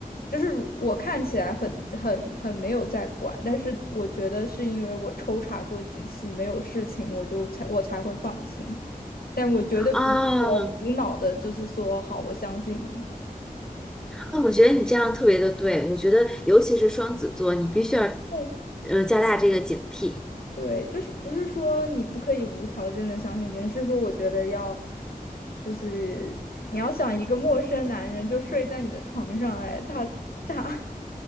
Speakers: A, on the left; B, in the centre.
A: 就是我看起来很很很没有在管，但是我觉得是因为我抽查过几次没有事情，我就才我才会放心。但我绝对不是说无脑的，
B: 啊，
A: 就是说好，我相信你。
B: 那我觉得你这样特别的对，我觉得尤其是双子座，你必须要，
A: 对，
B: 嗯、加大这个警惕。
A: 对，就是不是说你不可以无条件的相信别人，是说我觉得要，就是你要想一个陌生男人就睡在你的床上，哎，他他